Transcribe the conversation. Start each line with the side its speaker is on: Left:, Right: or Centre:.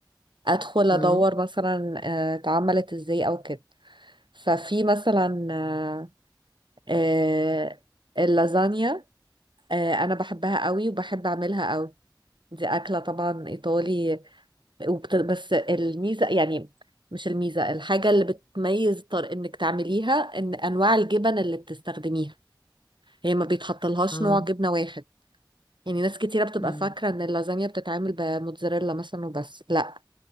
Right: ادخل ادور
Left: مم.
Right: مثلا آه، اتعملت ازاي او كده ففي مثلا آه، آه، اللازانيا آه، انا بحبها قوي وبحب اعملها قوي دي اكلة طبعا ايطالي وبت- بس الميزة يعني مش الميزة الحاجة اللي بتميز طر انك تعمليها ان انواع الجبن اللي بتستخدميها هي ما بيتحطلهاش
Left: آه.
Right: نوع جبنة واحد يعني ناس كتيرة بتبقى
Left: مم.
Right: فاكرة ان اللازانيا بتتعمل بموتزاريلا مثلا وبس لا